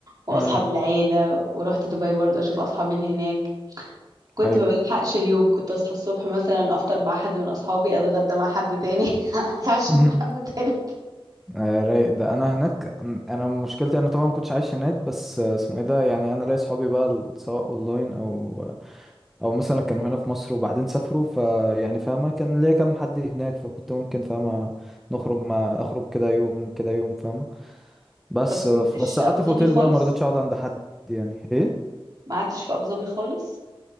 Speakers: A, on the right; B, in the centre.
A: واصحاب
B: امم
A: العيله ورحت دبي برضو اشوف اصحابي اللي هناك كنت
B: ايوه
A: ما بلحقش اليوم كنت اصحى الصبح مثلا افطر مع حد من اصحابي اتغدى مع حد تاني <laughs> اتعشى
B: <laughs>
A: مع حد تاني
B: آه، رايق ده انا هناك أم- انا مشكلتي انا طبعا ما كنتش عايش هناك بس آه، اسمه ايه ده يعني انا ليا صحابي بقى ال- سواء اونلاين او او مثلا كانوا هنا في مصر وبعدين سافروا فيعني فاهمه كان ليا كام حد هناك فكنت ممكن فاهمه نخرج مع اخرج كده يوم كده يوم فاهمه بس
A: طب ما
B: آه،
A: روحتش
B: ف- بس
A: ابو
B: قعدت
A: ظبي
B: في اوتيل
A: خالص
B: بقى ما رضيتش اقعد عند حد يعني ايه
A: ما قعدتش في ابو ظبي خالص